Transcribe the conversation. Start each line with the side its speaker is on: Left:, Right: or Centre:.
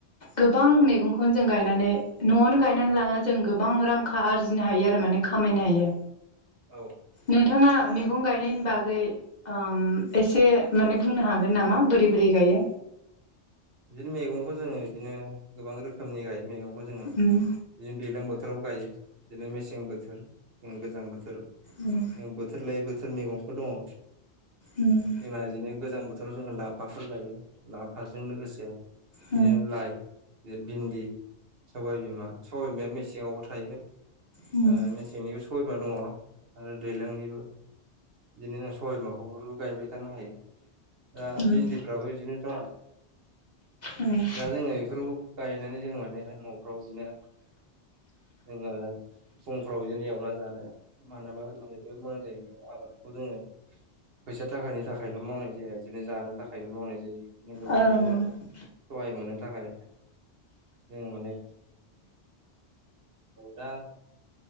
Left: गोबां मैगंखौनो जों गायनानै न'आवनो गायनानै लाना जों गोबां रां आरजिनो हायो आरो माने खामायनो हायो।
Right: औ
Left: नोंथाङा मैगं गायनायनि बागै ओम एसे माने बुंनो हागोन नामा बोरै बोरै गायो?
Right: बिदिनो मैगंखौ जोङो बिदिनो गोबां रोखोमनि गायो मैगंखौ जोङो।
Left: उम
Right: बिदिनो दैज्लां बोथोराव गायो बिदिनो मेसें बोथोर गोजां बोथोर
Left: उम
Right: बोथोर लायै बोथोर मैगंफोर दङ।
Left: उम
Right: जोंहा बिदिनो गोजां बोथोराव जोंहा लाफाफोर गायो लाफाजों लोगोसे बिदिनो
Left: उम
Right: लाइ बिदिनो भिन्दि सबाइ बिमा सबाइबिमाया मेसेंआवबो थायो।
Left: उम
Right: ओ मेसेंनिबो सबाइबिमा दङ आरो दैज्लांनिबो बिदिनो साइमाखौ गायबाय थानो हायो दा
Left: उम
Right: बिन्दि- -फोराबो बिदिनो दङ।
Left: उम
Right: दा जोङो बेफोरखौ गायनानै जों माने न'फ्राव बिदिनो जोङो फुंफ्राव बिदिनो एवना जानो मानोबा माने जोबोद मोजां जायो आबादखौ जोङो फैसा थाखानि थाखायल' मावनाय जाया। बिदिनो जानो थाखायबो मावनाय जायो बिदिनो गोबां
Left: ओं
Right: जोङो सहाय मोननो थाखाय जोङो माने <unintelligible> दा